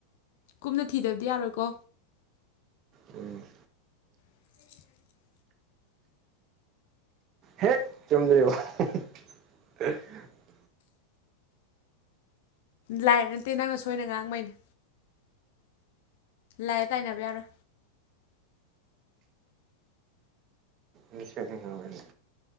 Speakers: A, on the left; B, on the right.
A: ꯀꯨꯞꯅ ꯊꯤꯗꯕꯗꯤ ꯌꯥꯔꯣꯏꯀꯣ
B: ꯎꯝ
A: <unintelligible>
B: ꯍꯦꯛ ꯇꯨꯝꯗꯔꯤꯕꯨꯛ <unintelligible>
A: ꯂꯥꯏꯔꯦ ꯅꯠꯇꯦ ꯅꯪꯅ ꯁꯣꯏꯅ ꯉꯥꯡꯕꯩꯅꯦ ꯂꯥꯏꯗ ꯇꯥꯏꯅꯕ ꯌꯥꯔꯣꯏ
B: ꯃꯤꯁꯦ ꯉꯥꯎꯔꯦꯅꯦ